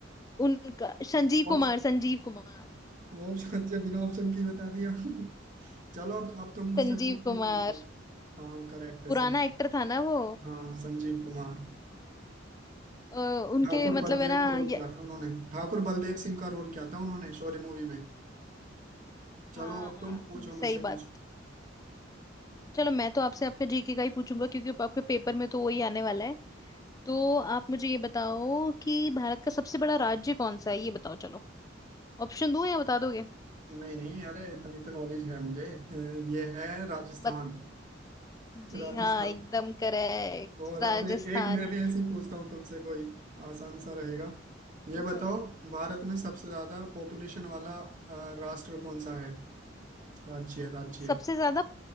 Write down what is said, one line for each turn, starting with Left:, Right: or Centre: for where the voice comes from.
Left: उनका संजीव कुमार
Right: ऑप्शन
Left: संजीव कुमार
Right: ऑप्शन अच्छा बिना ऑप्शन की बता दिया <laughs> चलो अब अब तुम मुझसे
Left: संजीव
Right: कुछ
Left: कुमार
Right: भी पूछो हाँ करेक्ट है
Left: पुराना
Right: सं,
Left: एक्टर था ना वो
Right: हाँ संजीव कुमार
Left: अ, उनके
Right: ठाकुर
Left: मतलब
Right: बलदेव
Left: है ना
Right: का रोल
Left: ये
Right: क्या था उन्होंने ठाकुर बलदेव सिंह का रोल क्या था उन्होंने शोले मूवी में चलो
Left: हाँ
Right: अब तुम पूछो
Left: सही
Right: मुझसे
Left: बात
Right: कुछ
Left: चलो मैं तो आपसे आपका जीके का ही पूछूंगा क्योंकि आपके पेपर में तो वही आने वाला है तो आप मुझे ये बताओ कि भारत का सबसे बड़ा राज्य कौन सा है ये बताओ चलो ऑप्शन दूं या बता दोगे
Right: नहीं नहीं अरे इतनी तो नॉलेज है मुझे अ, ये है राजस्थान
Left: बत...
Right: <laughs>
Left: जी
Right: राजस्थान
Left: हाँ एकदम करेक्ट
Right: और
Left: राजस्थान
Right: अब ए- एक मैं भी ऐसे ही पूछता हूँ तुमसे कोई आसान सा रहेगा ये
Left: पूछो
Right: बताओ भारत में सबसे ज्यादा पॉपुलेशन वाला अ, राष्ट्र कौन सा है राज्य राज्य
Left: सबसे ज्यादा